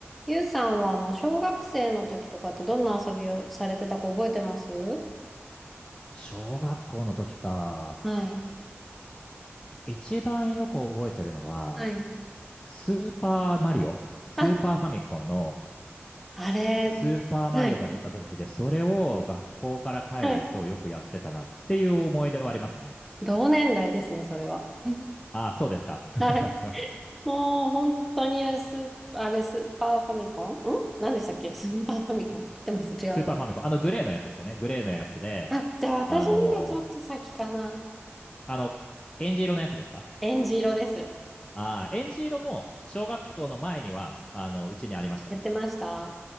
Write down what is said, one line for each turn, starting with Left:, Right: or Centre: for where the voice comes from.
Centre: ゆうさんは、あの、小学生の時とかってどんな遊びをされてたか覚えてます
Left: 小学校の時か。
Centre: はい。
Left: 一番よく覚えてるのは、
Centre: はい。
Left: スーパーマリオ、スーパーファミコンの
Centre: あ、あれ、
Left: スーパーマリオが出た時で、
Centre: はい。
Left: それを学校から帰るとよくやってたなっていう思い出はありますね。
Centre: はい。同年代ですね、それは。<laughs>
Left: ああ、そうですか。<laughs>
Centre: はい。もう、本当にあれ、スー、あれ、スーパーファミコンん何でしたっけスーパーファミコン合ってます違うな。
Left: スーパーファミコン。あのグレーのやつですよね。グレーのやつで、
Centre: あ、じゃあ私のがちょっと先かな。
Left: あのあの、エンジ色のやつですか
Centre: えんじ色です。
Left: ああー、エンジ色も小学校の前には、あの、うちにありました。
Centre: やってました